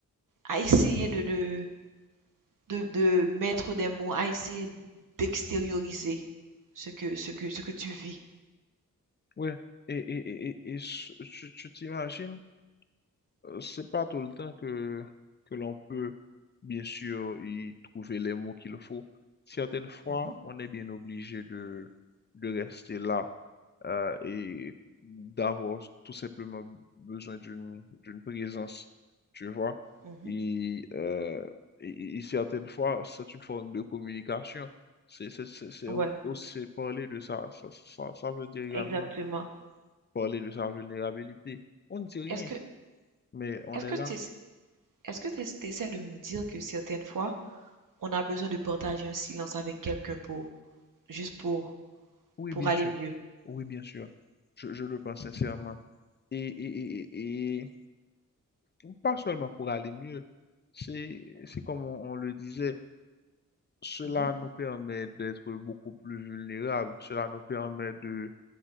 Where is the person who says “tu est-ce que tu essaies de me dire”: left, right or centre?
Right